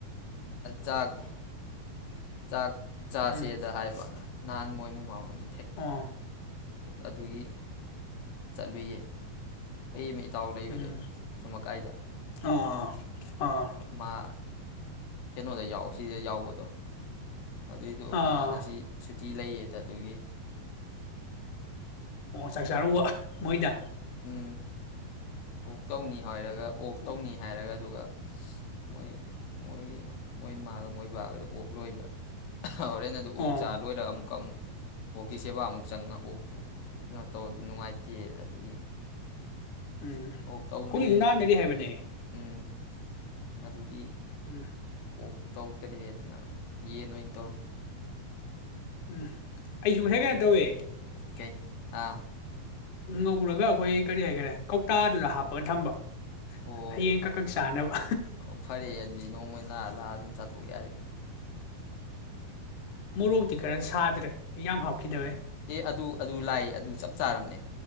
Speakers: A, on the left; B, on the left.
A: ꯆꯥꯛ ꯆꯥꯛ ꯆꯥꯥꯁꯦꯗ
B: ꯎꯝ
A: ꯍꯥꯏꯕ ꯅꯍꯥꯟ ꯃꯣꯏ ꯃꯃꯥ ꯑꯣꯏꯕ
B: ꯑꯥ
A: ꯑꯗꯨꯒꯤ <unintelligible> ꯑꯩꯒꯤ ꯃꯤ ꯏꯇꯥꯎ ꯂꯩꯕꯗꯣ
B: ꯎꯝ
A: ꯆꯨꯝꯃꯀꯥꯏꯗ
B: ꯑꯥ ꯑꯥ
A: ꯃꯥ ꯀꯩꯅꯣꯗ ꯌꯥꯎ ꯁꯤꯗ ꯌꯥꯎꯕꯗꯣ ꯑꯗꯨꯏꯗꯣ
B: ꯑꯥ
A: ꯃꯥꯅ ꯁꯤ ꯇꯤ ꯂꯩꯌꯦꯗ ꯑꯗꯨꯒꯤ
B: ꯑꯣ ꯆꯥꯛ ꯆꯥꯔꯨꯕ ꯃꯣꯏꯗ
A: ꯎꯝ ꯑꯣꯛ ꯇꯧꯅꯤ ꯍꯥꯏꯔꯒ ꯑꯣꯛ
B: ꯎꯝ
A: ꯇꯧꯅꯤ ꯍꯥꯏꯔꯒ ꯑꯗꯨꯒ ꯃꯣꯏ ꯃꯣꯏ ꯃꯣꯏ ꯃꯥꯒ ꯃꯣꯏ ꯕꯥꯒ ꯑꯣꯛ ꯂꯣꯏꯕ ꯍꯣꯔꯦꯟ ꯑꯗꯨ ꯑꯣꯛ
B: ꯑꯣ
A: ꯆꯥ ꯂꯣꯏꯔꯒ ꯑꯃꯨꯛꯀ ꯑꯃꯨꯛ ꯑꯣꯛꯀꯤ ꯁꯦꯕꯥ ꯑꯃꯨꯛ ꯆꯪꯉ ꯑꯣꯛꯇꯨ ꯀꯩꯅꯣ ꯇꯧꯔ ꯏꯆꯦ ꯑꯗꯨꯒꯤ
B: ꯎꯝ
A: ꯑꯣꯛ ꯇꯧꯗ꯭ꯔꯦ
B: ꯍꯧꯖꯤꯛ ꯅꯥꯟꯅꯔꯤ ꯍꯥꯏꯕꯅꯦ
A: ꯎꯝ ꯑꯗꯨꯒꯤ
B: ꯎꯝ
A: ꯑꯣ ꯇꯧꯗꯔꯦ ꯑꯗꯨꯅ ꯌꯦꯟ ꯑꯣꯏꯅ ꯇꯧꯔꯝꯃꯤ
B: ꯎꯝ ꯑꯩꯁꯨ ꯉꯁꯥꯏ ꯀꯥꯏ ꯇꯧꯏꯦ
A: ꯀꯦ ꯑ
B: ꯉꯧꯔꯒ ꯑꯩꯈꯣꯏ ꯀꯔꯤ ꯍꯥꯏꯒꯦꯔꯦ ꯀꯧꯇꯥꯗꯨꯗ ꯍꯥꯞꯄꯒ ꯊꯝꯕ
A: ꯑꯣ
B: ꯍꯌꯦꯡ ꯀꯛ ꯀꯛ ꯆꯥꯅꯕ
A: ꯑꯣ ꯐꯔꯦ ꯑꯗꯨꯗꯤ ꯅꯣꯡꯃꯩꯅ ꯂꯥꯛꯑ ꯂꯥꯛꯑ ꯑꯗꯨꯝ ꯆꯥꯊꯣꯛ ꯌꯥꯔꯦ
B: ꯃꯣꯔꯣꯛꯇꯤ ꯈꯔ ꯁꯥꯗ꯭ꯔꯦ ꯌꯥꯝ ꯍꯥꯞꯈꯤꯗꯕꯩ
A: ꯑꯦ ꯑꯗꯨ ꯑꯗꯨ ꯂꯥꯛ ꯑꯗꯨ ꯆꯞ ꯆꯥꯔꯝꯅꯦ